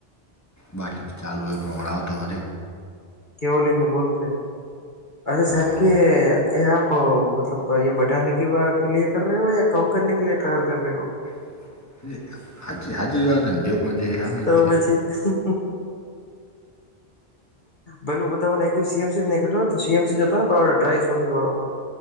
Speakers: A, on the left; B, on the left.
A: બાકી ત ચાલુ હોય એય પ્રમાણે આવતું <unintelligible>
B: કેવોલિનને બોલ કે અછા
A: હવ
B: સાહેબ કે આપ મતલબ એ બઢાને કે વા કે લિયે કર રહો યા કમ કરને કે લીયે ટ્રાયલ કર રહે હો?
A: <unintelligible> હાચે હાચી વાતન જે પણ છે એ હામે
B: તો
A: છે.
B: <unintelligible> પેલું બધામાં નાયખું સેમ સેમ નેખું તો સીએમસી હતોને ડ્રાય સોલડવાળો